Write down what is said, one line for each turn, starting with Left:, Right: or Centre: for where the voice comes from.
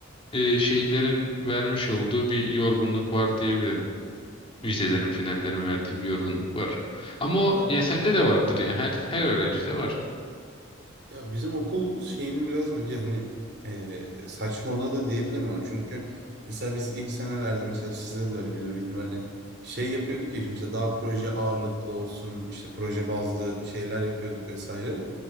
Left: e, şeylerin vermiş olduğu bir yorgunluk var diyebilirim. Vizelerin,
Right: Hı.
Left: finallerin verdiği bir yorgunluk var. Ama
Right: Ya
Left: o ya
Right: biz,
Left: sende de vardır ya. Her
Right: hı hı.
Left: her öğrencide
Right: Tabii tabii.
Left: var.
Right: Ya bizim okul şeyinin biraz bence hani e, saçmalığı da diyebilirim ona. Çünkü mesela biz ilk senelerde mesela sizde de öyledir büyük ihtimalle şey yapıyorduk ya işte mesela daha proje ağırlıklı olsun işte proje bazlı şeyler yapıyorduk vesaire.